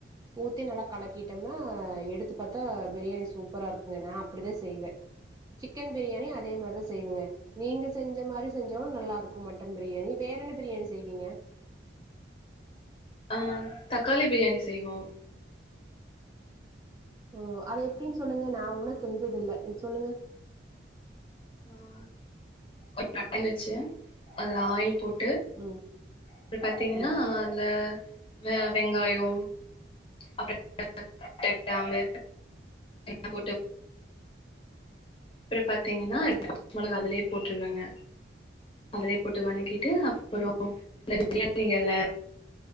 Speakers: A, on the right; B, on the left.
A: ஊத்தி நல்லா கலக்கிட்டம்னா எடுத்து பாத்தா பிரியாணி சூப்பரா இருக்குங்க நா அப்படிதா செய்வ சிக்கன் பிரியாணி அதே மாரி தா செய்வங்க நீங்க செஞ்ச மாரி செஞ்சாலு நல்லா இருக்கு மட்டன் பிரியாணி வேற என்ன பிரியாணி செய்விங்க
B: ஆ தக்காளி பிரியாணி செய்வோ
A: ஓ அதெப்டின் சொல்லுங்க நா உன்னோ செஞ்சதில்ல நீங் சொல்லுங்க
B: ஆ ஒரு கடாய் வெச்சு அதுல ஆயில் போட்
A: ம்
B: அப்ற பாத்திங்னா
A: ம்
B: அந்த அ அ வெங்காயோ அப்றோ <inaudible> பட்ட கிராம்பு எல்லா போட்டு அப்றோ பாத்திங்னா மொளகா அதுலயே போட்ருவங்க அதுலயே போட்டு வணக்கிட்டு அப்பறோ இந்த பிரியாணி எல